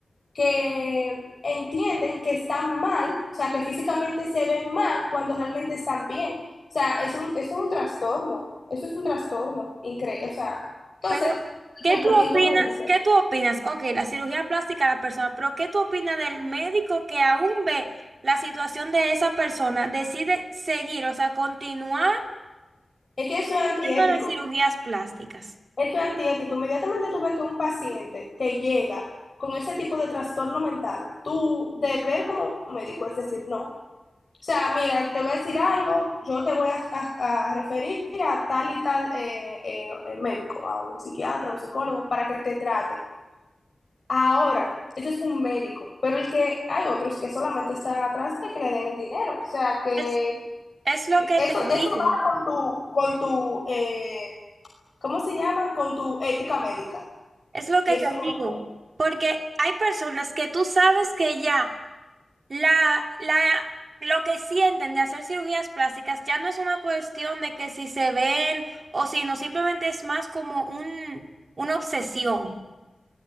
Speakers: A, on the left (about 55°); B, on the right (about 70°).
A: que entienden que están mal, o sea, que físicamente se ven mal cuando realmente están bien. O sea, es un, eso es un trastorno, eso es un trastorno increíble. O sea, entonces,
B: Pero,
A: por
B: ¿qué
A: ejemplo,
B: tú
A: quien
B: opinas?
A: tú me dices.
B: ¿Qué tú opinas? Ok, la cirugía plástica a la persona, pero ¿qué tú opinas del médico que aún ve la situación de esa persona, decide seguir, o sea, continuar
A: Es que eso es antiético.
B: haciéndole cirugías plásticas?
A: Eso es antiético. Inmediatamente tú ves que un paciente te llega con ese tipo de trastorno mental, tu deber como médico es decir no. O sea, mira, te voy a decir algo, yo te voy a, a- a referir a tal y tal eh, eh, eh, médico, a un psiquiatra, a un psicólogo, para que te trate. Ahora, ese es un médico, pero el que hay otros que solamente están atrás de que le den el dinero. O sea, que
B: Es, es lo que
A: eso,
B: te
A: eso
B: digo,
A: va con tu, con tu eh, ¿cómo se llama? Con tu ética médica.
B: es lo
A: Y
B: que
A: eso
B: te
A: es como
B: digo,
A: que-
B: porque hay personas que tú sabes que ya La, la, lo que sienten de hacer cirugías plásticas ya no es una cuestión de que si se ven o si no, simplemente es más como un, una obsesión.